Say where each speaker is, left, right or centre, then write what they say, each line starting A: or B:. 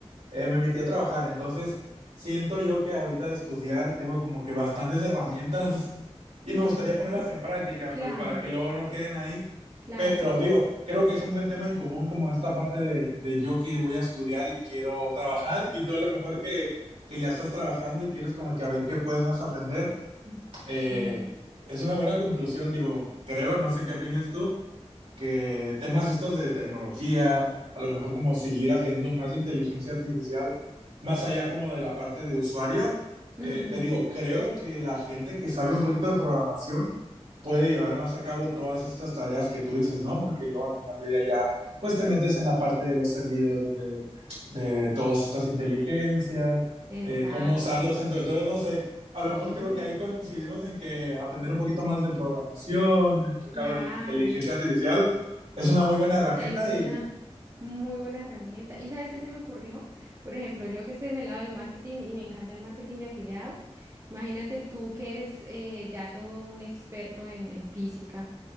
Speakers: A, on the right; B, on the right.
A: eh, me metí a trabajar, entonces siento yo que ahorita de estudiar tengo como que bastantes herramientas <laughs> y
B: ujú.
A: me gustaría ponerlas en práctica,
B: Claro,
A: pues para que luego no queden ahí,
B: claro.
A: pero digo, creo que es un buen tema en común como esta parte de, de yo que voy a estudiar y quiero trabajar y tú a lo mejor que, que ya estás trabajando y quieres como que a ver qué puedes más aprender
B: Mm,
A: eh,
B: Sí.
A: es una buena conclusión, digo, creo, no sé qué opinas tú, que temas estos de tecnología, a lo mejor como seguir aprendiendo más de inteligencia artificial, más allá como de la parte de usuario,
B: Ujú,
A: eh, te digo, creo que la gente que sabe un poquito de programación puede llevar más a cabo todas estas tareas que tú dices, ¿no? Porque luego al final del día ya, pues te metes en la parte de los servidores de, de todas estas inteligencias,
B: Exacto.
A: eh, cómo usarlos. Entonces, entonces, no sé,
B: Sí,
A: a lo mejor creo que ahí coincidimos en que aprender un poquito más de programación, enfocado
B: claro.
A: en inteligencia artificial, es una muy buena herramienta
B: Es
A: y
B: una muy buena herramienta. ¿Y sabes qué se me ocurrió? Por ejemplo, yo que estoy en el lado del marketing y me encanta el marketing de afiliados. Imagínate tú que eres eh, ya todo un experto en, en física.